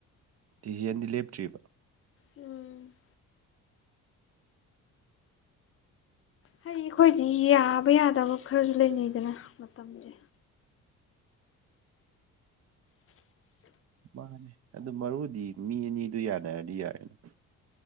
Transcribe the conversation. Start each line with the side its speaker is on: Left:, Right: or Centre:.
Right: ꯗꯤꯖꯤꯟꯗꯤ ꯂꯦꯞꯇ꯭ꯔꯤꯕ
Left: ꯎꯝ ꯍ ꯑꯩꯈꯣꯏꯗꯤ ꯌꯥꯕ ꯌꯥꯗꯕ ꯈꯔꯁꯨ ꯂꯩꯅꯩꯗꯅ ꯃꯇꯝꯁꯦ
Right: ꯃꯥꯅꯦ ꯑꯗꯨ ꯃꯔꯨꯗꯤ ꯃꯤ ꯑꯅꯤꯗꯨ ꯌꯥꯅꯔꯗꯤ ꯌꯥꯔꯦꯅ